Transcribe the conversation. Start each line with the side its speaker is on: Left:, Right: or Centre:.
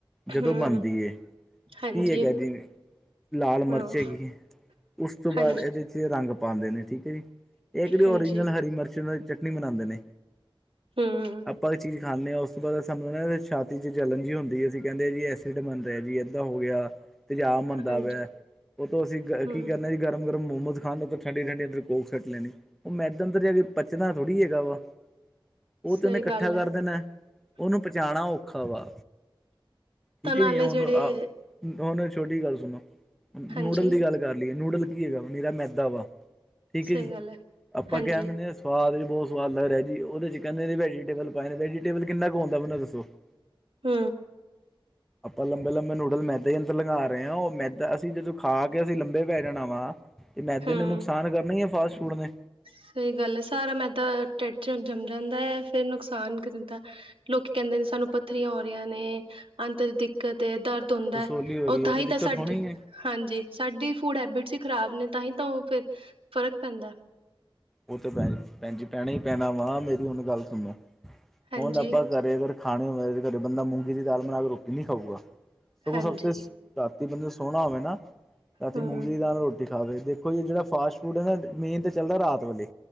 Centre: ਜਦੋਂ
Right: ਹਮ
Centre: ਬਣਦੀ
Right: ਹਾਂਜੀ
Centre: ਹੀ ਹੈਗਾਦੀ ਲਾਲ ਮਿਰਚ
Right: ਹਮ
Centre: ਹੈਗੀ ਹੈ ਉਸ ਤੋਂ ਬਾਅਦ
Right: ਹਾਂਜੀ
Centre: ਇਹਦੇ ਰੰਗ ਪਾਉਂਦੇ ਨੇ ਠੀਕ ਹੈ। ਜੀ ਇਹ ਕਿਹੜੀ ਓਰੀਜਨਲ
Right: ਹਾਂਜੀ
Centre: ਹਰੀ ਮਿਰਚ ਦੀ ਚਟਨੀ ਬਣਾਉਂਦੇ ਨੇ
Right: ਹਮ
Centre: ਆਪਾਂ ਇੱਕ ਚੀਜ਼ ਖਾਂਦੇ ਹਾਂ ਉਸ ਤੋਂ ਬਾਅਦ ਸਾਨੂੰ ਛਾਤੀ ਚ ਜਲਣ ਜਿਹੀ ਹੁੰਦੀ ਹੈ। ਅਸੀਂ ਕਹਿੰਦੇ ਜੀ ਐਸਿਡ ਬਨ ਰਹਾ ਜੀ ਇਏਦਾਂ ਹੋ ਗਿਆ। ਤੇਜਾਬ ਬੰਦਾ
Right: ਹਾਂਜੀ
Centre: ਪਹਿਆ ਉਹ ਤੋਂ ਅਸੀਂ
Right: ਹਮ
Centre: ਕੀ ਕਰਨਾ ਜ ਗਰਮ ਗਰਮਮੋਮੋਸ ਖਾਣ ਉਤੋ ਠੰਡੇ, ਠੰਡੇ ਅਦਰੋ ਕੋਕ ਸੱਟ ਲੈਣੇ ਉਹ ਮੈਂੱਦਾਂ ਅੰਦਰ ਜਾ ਕੇ ਪਚਣਾ ਥੋੜੀ ਹੈਗਾ ਵਾ ਉਹ
Right: ਸਹੀ
Centre: ਤੈਨੂੰ ਇਕੱਠਾ
Right: ਗੱਲ ਹੈ
Centre: ਕਰ ਦੇਣਾ ਉਹਨੂੰ ਪੁੰਚਾਉਣਾ ਔਖਾ ਵਾ ਠੀਕ
Right: ਤਾਂ ਨਾਲੇ
Centre: ਹੈ ਜੀ ਹੁਣ,
Right: ਜਿਹੜੇ
Centre: ਹੁਣ ਛੋਟੀ ਜ ਗੱਲ ਸੁਣੋ ਨੂਡਲ
Right: ਹਾਂਜੀ
Centre: ਦੀ ਗੱਲ ਕਰ ਲਈਏ ਨੂਡਲ ਕੀ ਹੈਗਾ ਵਾ ਨੀਰਾ ਮੈਦਾ ਵਾ ਠੀਕ
Right: ਸਹੀ
Centre: ਜੀ।
Right: ਗੱਲ ਹੈ।
Centre: ਆਪਾਂ
Right: ਹਾਂਜੀ
Centre: ਕਹਿ ਸਵਾਦ ਵੀ ਬਹੁਤ ਸਵਾਦ ਲੱਗ ਰਿਹਾ ਜੀ ਉਹਦੇ ਚ ਕਹਨਦੇ ਵੈਜੀਟੇਬਲ ਪਾਏ ਨੇ ਵੈਜੀਟੇਬਲ ਕਿਨਾ ਆਉਦਾ ਮੈਨੂੰ ਦੱਸੋ? <unintelligible>
Right: ਹ
Centre: <unintelligible> ਅਪਾਂ ਲੰਬੇ-ਲੰਬੇ ਨੂਡਲ, ਮੈਦੇ ਅੰਦਰ ਲਗਾ ਰਏ ਆ, ਉਹ ਮੈਦਾ, ਅਸੀਂ ਜਦੋਂ ਖਾ ਕੇ ਅਸੀਂ ਲੰਬੇ ਪੈ ਜਾਣਾ ਵਾ ਤੇ ਮੈਦੇ
Right: ਹਮ
Centre: ਨੇ ਨੁਕਸਾਨ ਕਰਨਾ ਈ ਏ ਫਾਸਟ ਫੂਡ ਨੇ।
Right: ਸਈ ਗੱਲ ਏ, ਸਾਰਾ ਮੈਂਦਾ ਡਿਢ ਚ ਜੰਮ ਜਾਂਦਾ ਐ, ਫੇਰ ਨੁਕਸਾਨ ਕਰਦਾ। ਲੋਕ ਕਹਿੰਦੇ ਨੇ ਸਾਨੂੰ ਪੱਥਰੀਆਂ ਹੋ ਰਹੀਆਂ ਨੇ, ਅੰਤ ਦੀ ਦਿੱਕਤ ਏ, ਦਰਦ ਤ ਹੁੰਦਾ,
Centre: ਰਸੋਲੀ ਹੋ ਰਹੀ
Right: ਉਹ ਤਾਂ
Centre: ਹੈ ਤੇ
Right: ਹੀ
Centre: ਦਿੱਕਤ
Right: ਸਾਡੀ,
Centre: ਹੋਣੀ ਹੈ।
Right: ਹਾਂਜੀ, ਸਾਡੀ ਫੂਡ ਹੈਬਿਟ ਸ ਈ ਖ਼ਰਾਬ ਨੇ, ਤਾਂ ਹੀ ਤਾਂ ਉਹ ਫੇਰ ਫ਼ਰਕ ਪੈਂਦਾ ਏ।
Centre: ਔਹ ਤੇ ਭੈ, ਭੈਣਜੀ ਪੈਣਾ ਈ ਪੈਣਾ ਵਾਂ, ਮੇਰੀ ਹੁਣ ਗੱਲ ਸੁਣੋ,
Right: ਹਾਂਜੀ
Centre: ਹੁਣ ਆਪਾਂ ਘਰੇ ਅਗਰ ਖਾਣੇ ਹੁੰਦਾ, ਤੇ ਘਰੇ ਬੰਦਾ ਮੂੰਗੀ ਦੀ ਦਾਲ ਬਣਾ ਕੇ ਰੋਟੀ ਨਈ ਖਾਊਗਾ? ਸਗੋਂ
Right: ਹਾਂਜੀ
Centre: ਸਫਤੇ ਰਾਤੀ ਬੰਦੇ ਨੂੰ ਸੋਅਣਾ ਹੋਵੇ ਨਾ, ਰਾਤੀ
Right: ਹਮ
Centre: ਮੂੰਗੀ ਦੀ ਦਾਲ ਨਾਲ ਰੋ ਟੀ ਖਾਵੇ, ਦੇਖੋ ਜੀ ਜੇਅੜਾ ਫਾਸਟ ਫੂਡ ਹੈ ਨਾ, ਮੇਨ ਤੇ ਚੱਲਦਾ ਰਾਤ ਵੇਲੇ।